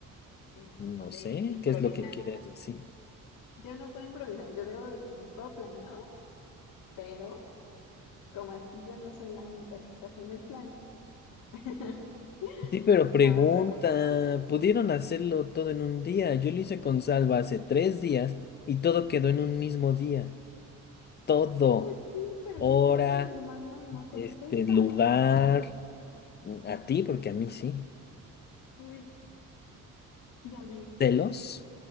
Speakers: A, on the left; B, on the left.
A: Este,
B: no sé
A: improvisar.
B: qué es lo que quieres decir.
A: Yo no puedo improvisar, yo debo de tener todo planeado, pero como aquí yo no soy la única que está haciendo el plan, <laughs>
B: Sí, pero pregunta,
A: no me preocupo tanto.
B: pudieron hacerlo todo en un día. Yo lo hice con Salva hace tres días y todo quedó en un mismo día. Todo,
A: Pues sí, pero
B: hora,
A: ya sabes que mi hermana no contesta,
B: este lugar,
A: o sea,
B: a ti, porque a mí sí.
A: uy, ya vi.
B: Celos,